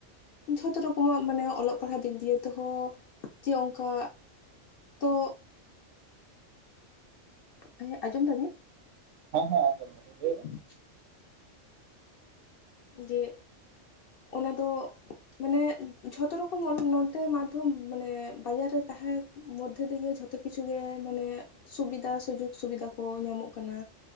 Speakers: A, on the left; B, on the right.
A: ᱡᱷᱚᱛᱚ ᱨᱚᱠᱚᱢᱟᱜ ᱢᱟᱱᱮ ᱚᱞᱚᱜ, ᱯᱟᱲᱦᱟᱜ ᱫᱤᱠ ᱫᱤᱭᱮ ᱛᱮᱦᱚᱸ ᱡᱮ ᱚᱝᱠᱟ ᱛᱳ ᱦᱮᱸ ᱟᱡᱚᱢ ᱫᱟᱵᱤᱱ
B: ᱦᱮᱸ ᱦᱮᱸ ᱟᱡᱚᱢ ᱮᱫᱟᱞᱤᱧ ᱞᱟᱹᱭ ᱵᱮᱱ?
A: <inaudible> ᱡᱮ ᱚᱱᱟᱫᱚ ᱢᱟᱱᱮ ᱡᱷᱚᱛᱚ ᱨᱚᱠᱚᱢ ᱱᱚᱛᱮ ᱢᱟᱫᱽᱫᱷᱚᱢ ᱢᱟᱱᱮ ᱵᱟᱡᱟᱨ ᱨᱮ ᱛᱟᱦᱮᱸ ᱢᱚᱫᱽᱫᱷᱮ ᱛᱮᱜᱮ ᱡᱷᱚᱛᱚ ᱠᱤᱪᱷᱩ ᱜᱮ, ᱢᱟᱱᱮ ᱥᱩᱵᱤᱫᱷᱟ ᱥᱩᱡᱳᱜᱽ ᱥᱩᱵᱤᱫᱷᱟ ᱠᱚ ᱧᱟᱢᱚᱜ ᱠᱟᱱᱟ᱾